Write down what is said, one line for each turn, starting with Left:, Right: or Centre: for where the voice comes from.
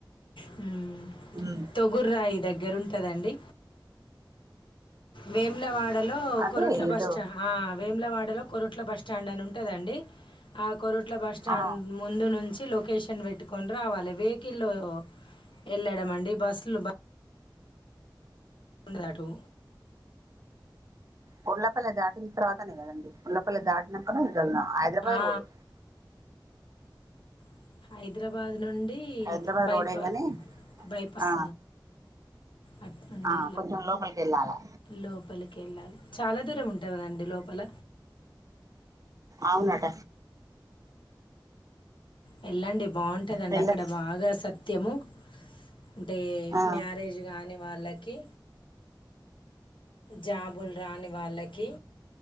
Left: హ్మ్మ్
Right: ఉమ్
Left: తొగుర్రాయి దగ్గర ఉంటదండి వేములవాడ లో
Right: అదే
Left: కోరుట్ల
Right: ఏదో
Left: బస్స్టాండ్ ఆ వేములవాడ లో కొరుట్ల బస్ స్టాండ్ అని ఉంటదండి ఆ కొరుట్ల బస్ స్టాండ్
Right: ఆ
Left: ముందు నుంచి లో లొకేషన్ పెట్టుకని రావాలి వెహికల్లో వెళ్ళాడమండి బస్ లుబా దటు
Right: కొల్లపల్ల దా తర్వాతనే కదండి ఉల్లపల్లి నాకు హైదరాబాద్
Left: ఆ
Right: రోడ్
Left: అ హైదరాబాద్ నుండి
Right: హైదరాబాద్
Left: బైపా
Right: రోడే గాని
Left: బైపాస్
Right: ఆ
Left: అటు నుండి
Right: ఆ కొంచెం లోపలికి వెళ్ళాలా
Left: లోపలికి వెళ్ళాలి చాలా దూరం ఉంటు కదండి లోపల
Right: అవునట
Left: ఆ, వెళ్ళండి బాగుంటదండి
Right: వెళ్ళొచ్చు
Left: అక్కడ బాగా సత్యము అంటే
Right: ఆ
Left: మ్యారేజ్ కాని వాళ్ళకి జాబుల్ రాని వాళ్ళకి